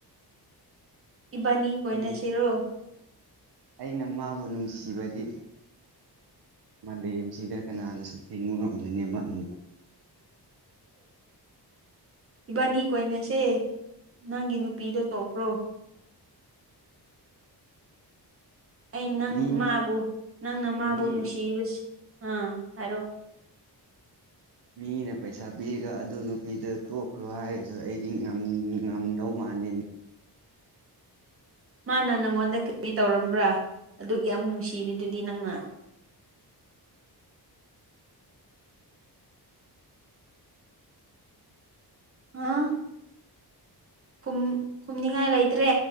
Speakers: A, on the right; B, on the right.
A: ꯏꯕꯥꯅꯤ ꯀꯣꯏꯅꯁꯤꯔꯣ
B: ꯑꯩꯅ ꯑꯩꯅ ꯃꯥꯕꯨ ꯅꯨꯡꯁꯤꯕꯗꯤ ꯃꯥꯂꯦ꯫ꯝꯁꯤꯗ ꯀꯅꯥꯅꯁꯨ ꯊꯤꯡꯕ ꯉꯝꯒꯅꯤ ꯃꯥꯂꯤ
A: ꯏꯕꯥꯅꯤ ꯀꯣꯏꯅꯁꯦ ꯅꯪꯒꯤ ꯅꯨꯄꯤꯗꯣ ꯇꯣꯛꯈ꯭ꯔꯣ ꯑꯩ ꯅꯪ
B: ꯃꯤ
A: ꯃꯥꯕꯨ ꯅꯪꯅ ꯃꯥꯕꯨ
B: ꯃꯤ
A: ꯅꯨꯡꯁꯤꯔꯤꯕꯁꯦ ꯑꯥ ꯍꯥꯏꯔꯣ
B: ꯃꯤꯅ ꯄꯩꯁꯥ ꯄꯤꯔꯒ ꯑꯗꯨ ꯅꯨꯄꯤꯗꯨ ꯇꯣꯛꯈ꯭ꯔꯣ ꯍꯥꯏꯔꯁꯨ ꯑꯩꯗꯤ ꯉꯝ ꯉꯝꯗꯧ ꯃꯥꯟꯗꯦꯅꯦ
A: ꯃꯥꯅ ꯅꯪꯉꯣꯟꯗ ꯀꯔꯤ ꯇꯧꯔꯝꯕ꯭ꯔꯥ ꯑꯗꯨꯛ ꯌꯥꯝ ꯅꯨꯡꯁꯤꯔꯤ ꯗꯨꯗꯤ ꯅꯪꯅ ꯑꯥ ꯨꯈꯨꯝ ꯈꯨꯝꯅꯤꯡꯉꯥꯏ ꯂꯩꯇ꯭ꯔꯦ